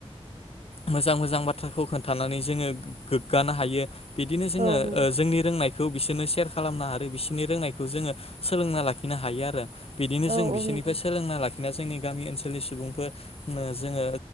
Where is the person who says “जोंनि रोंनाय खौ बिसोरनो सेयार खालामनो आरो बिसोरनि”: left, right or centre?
Left